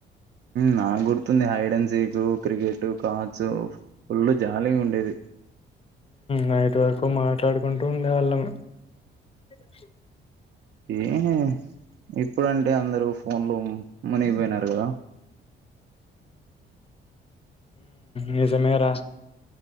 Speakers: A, on the right (about 55°); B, on the left (about 30°).
A: నాకు గుర్తుంది <unintelligible> సీక్ క్రికెట్ క <unintelligible> ఫుల్ జాలీగ ఉండేది
B: నైట్ వరకు మాట్లాడుకుంటూ ఉండేవాళ్ళం చె
A: ఏ ఇప్పుడంటే అందరు ఫోన్ లో మునిగిపోయినారు కదా
B: నిజమేరా